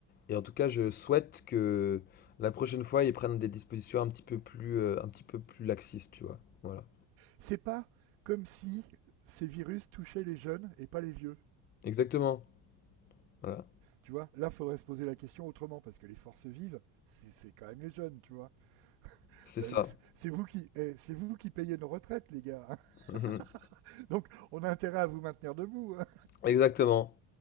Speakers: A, on the left; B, on the right.
A: Et en tout cas, je souhaite que la prochaine fois, ils prennent des dispositions un petit peu plus, euh, un petit peu plus laxistes, tu vois. Voilà.
B: C'est pas comme si ces virus touchaient les jeunes et pas les vieux.
A: Exactement. Voilà.
B: Tu vois, là, faudrait se poser la question autrement, parce que les forces vives, c'est c'est quand même les jeunes, tu vois.
A: C'est
B: Ben,
A: ça.
B: C'est
A: <laughs>
B: vous qui, eh, c'est vous qui payez nos retraites, les gars. hein.
A: Mhm.
B: <laughs> Donc, on a intérêt à vous maintenir debout, hein,
A: Exactement.